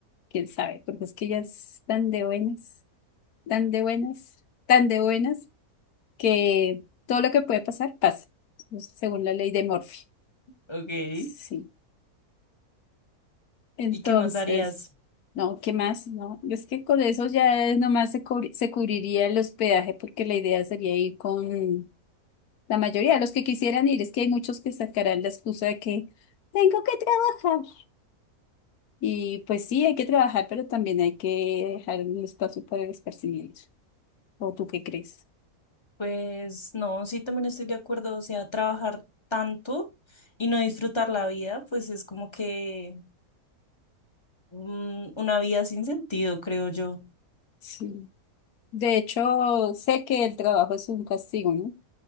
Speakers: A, on the left (about 80°); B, on the left (about 20°).
A: ¿Quién sabe? Porque es que ella es tan de buenas, tan de buenas, tan de buenas, que todo lo que puede pasar, pasa, pues, según la ley de Murphy.
B: Ok, ¿y
A: Sí. Entonces,
B: qué más harías?
A: no, ¿qué más? No, es que con eso ya es nomás se, cubri- se cubriría el hospedaje, porque la idea sería ir con la mayoría de los que quisieran ir. Es que hay muchos que sacarán la excusa de que tengo que trabajar. Y pues sí, hay que trabajar, pero también hay que dejar un espacio para el esparcimiento. ¿O tú qué crees?
B: Pues no, sí, también estoy de acuerdo, o sea, trabajar tanto y no disfrutar la vida, pues es como que... mm, una vida sin sentido, creo yo.
A: Sí. De hecho, sé que el trabajo es un castigo, ¿no?